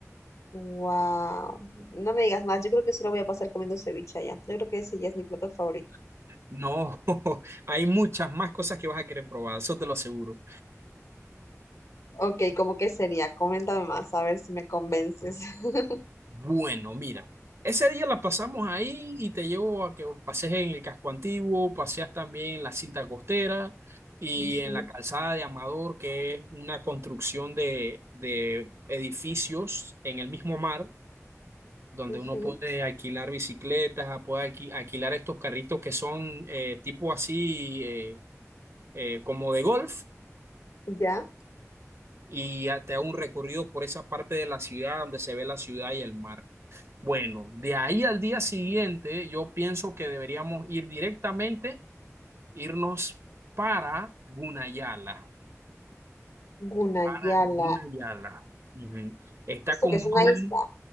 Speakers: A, on the left; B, on the right.
A: Wow. No me digas más, yo creo que solo voy a pasar comiendo ceviche allá. Yo creo que ese ya es mi plato favorito.
B: No, <laughs> hay muchas más cosas que vas a querer probar, eso te lo aseguro.
A: Ok, ¿cómo que sería? Coméntame más, a ver si me convences. <laughs>
B: Bueno, mira, ese día la pasamos ahí y te llevo a que pasees en el casco antiguo, paseas también en la cinta costera y
A: Ujú,
B: en la calzada de Amador, que es una construcción de, de edificios en el mismo mar, donde
A: ujú.
B: uno puede alquilar bicicletas, puede alqui- alquilar estos carritos que son eh, tipo así eh, eh, como de golf
A: Ya,
B: y ya te da un recorrido por esa parte de la ciudad donde se ve la ciudad y el mar. Bueno, de ahí al día siguiente, yo pienso que deberíamos ir directamente, irnos para Gunayala,
A: Gunayala.
B: para Gunayala. Ujú. Está
A: ¿Esto
B: como
A: que es
B: más
A: una
B: o
A: isla?
B: menos,